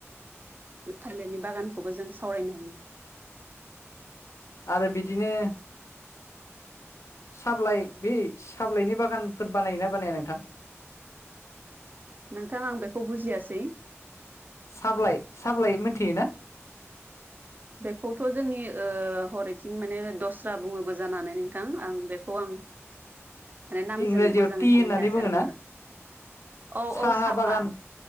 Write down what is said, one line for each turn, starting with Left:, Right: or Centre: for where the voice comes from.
Right: ओ थाइलिरनि बागानखौबो जों सावरायनो हायो
Left: आरो बिदिनो साबिलाइ बे साबिलाइनि बागानफोर बानायोना बानाया नोंथां
Right: नोंथां आं बेखौ बुजिआसै
Left: साब्लाइ साब्लाइ मोनथियोना
Right: बेखौथ' जोंनि ओ ह'रैथिं माने दस्रा बुङोबो जानो हानाय नोंथां आं बेखौ आं माने नामजों
Left: इंराजियाव
Right: मोजाङै
Left: टि होननानै
Right: हमनो हायासै
Left: बुङोना
Right: आरो मावजों औ
Left: साहा
Right: औ साफाद
Left: बागान